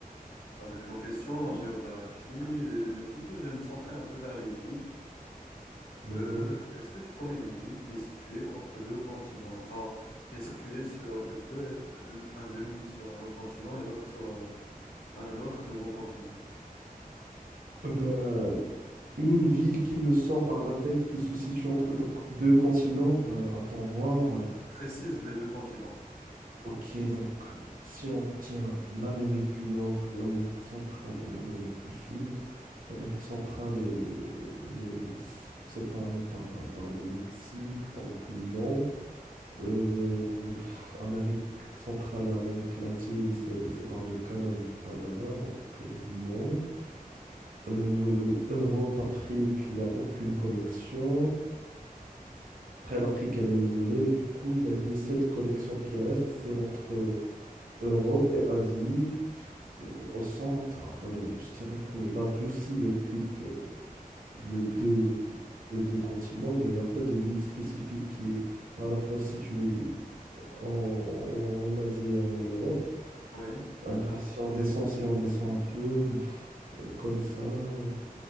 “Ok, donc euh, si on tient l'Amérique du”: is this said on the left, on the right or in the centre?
Right